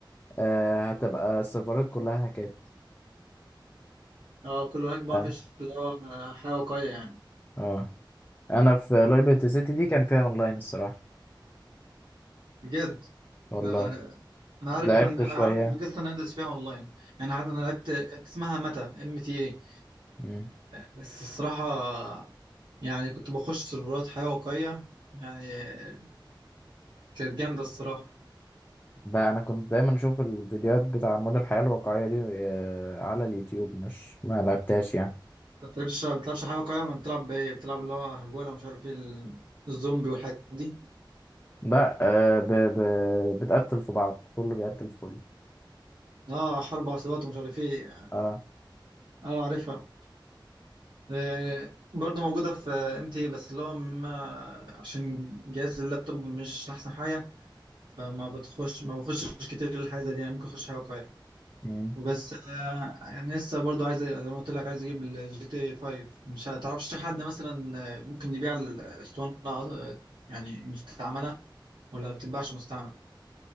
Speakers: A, on the left; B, on the right.
A: آه هتبقى السيرفرات كلها هاكات
B: اه كله هاك بقى
A: اه
B: مفيش اللي هو آه، حاجه واقعيه يعني
A: آه. انا في لايبرتي سيتي دي كان فيها اونلاين الصراحة
B: بجد
A: والله
B: ده انا عارف
A: لعبت
B: ان انا
A: شوية
B: عارف قصه ان اندرس فيها اونلاين يعني عارف انا لعبت كانت اسمها متى ام تي اي
A: مم.
B: بس الصراحه يعني كنت بخش سيرفرات حياه واقعيه يعني كانت جامده الصراحه
A: ده انا كنت دايما اشوف الفيديوهات بتاع مود الحياة الواقعية دي آه، على اليوتيوب مش ما لعبتهاش يعني
B: ما بتلعبش ما بتلعبش حياه واقعيه ما بتلعب بايه بتلعب اللي هو هجوله ومش عارف ايه ال- الزومبي والحاجات دي
A: لا آه، ب... ب... بتقتل في بعض كله بيقتل في كله
B: اه حرب عصابات ومش عارف ايه
A: اه
B: اه عارفها آه، برضه موجوده في ام تي بس اللي هو ما- عشان جهاز اللابتوب مش احسن حاجه فما بتخش ما بخشش كتير الحاجه دي يعني ممكن اخش حاجه واقعيه
A: مم.
B: وبس آه، يعني لسه برضو عايز زي ما قلت لك عايز اجيب الجي تي 5 مش هتعرفش حد مثلا آه، ممكن يبيع الاسطوانه آه، يعني مستعمله ولا بتتباعش مستعمل